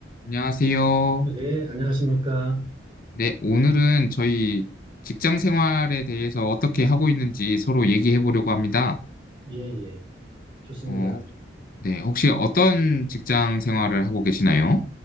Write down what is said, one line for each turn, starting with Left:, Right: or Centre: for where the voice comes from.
Left: 안녕하세요.
Right: 네, 안녕하십니까.
Left: 네, 오늘은 저희 직장 생활에 대해서 어떻게 하고 있는지 서로 얘기해 보려고 합니다.
Right: 예, 예. 좋습니다.
Left: 어, 네, 혹시 어떤 직장 생활을 하고 계시나요?